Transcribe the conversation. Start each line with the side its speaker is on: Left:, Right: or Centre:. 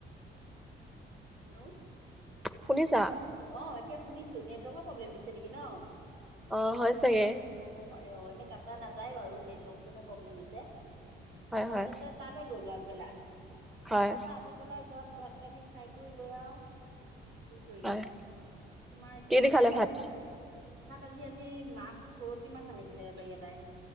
Right: হেল্ল'।
Centre: শুনিছা
Right: অ এতিয়া শুনিছো নেটৱৰ্কৰ প্ৰব্লেম দিছে নেকি ন।
Centre: অ হয় চাগে
Right: হ'ব পাৰে অ এনে ক। টা নাযায় বাৰু নেটৱৰ্কতটোহে প্ৰব্লেম দিছে
Centre: হয়
Right: তাছতে
Centre: হয়
Right: তালৈ গ'লো আগবেলা।
Centre: হয়
Right: পছতে আহি পেলাই ঘৰত ভাত পানী খাই কৰি লৈ আও। কৰিলো
Centre: হয়
Right: তোমাৰ এতিয়া।
Centre: কি দি খালে ভাত
Right: তাত আজি আজি মাছ পৰতি মাছ আনিছিলে বেপাৰি এটাই।